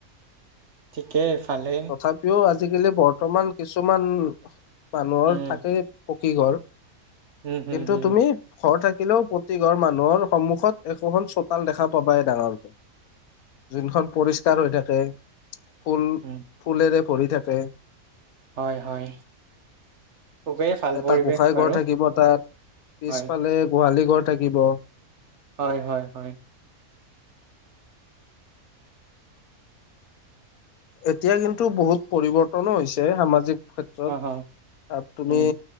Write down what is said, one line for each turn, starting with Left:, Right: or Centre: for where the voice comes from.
Right: ঠিকেই ভালেই
Left: তথাপিও আজিকালি বৰ্তমান কিছুমান মানুহৰ
Right: উম,
Left: থাকে পকী ঘৰ
Right: উম, হম,
Left: কিন্তু
Right: হম,
Left: তুমি ঘৰ থাকিলেও প্ৰতি ঘৰ মানুহৰ সন্মুখত এশখন দেখা পাবাই ডাঙৰকে যোনখন পৰিষ্কাৰ হৈ থাকে ফুল
Right: উম,
Left: ফুলেৰে ভৰি থাকে
Right: হয় হয় খুবেই ভাল
Left: এটা
Right: পৰিৱেশ
Left: গোঁসাঁই
Right: বাৰু
Left: ঘৰ থাকিব তাত পিছফালে
Right: হয়
Left: গোহালি ঘৰ থাকিব
Right: হয় হয় হয়
Left: এতিয়া কিন্তু বহুত পৰিৱৰ্তনো হৈছে সামাজিক ক্ষেত্ৰত
Right: অ হ
Left: তুমি
Right: উম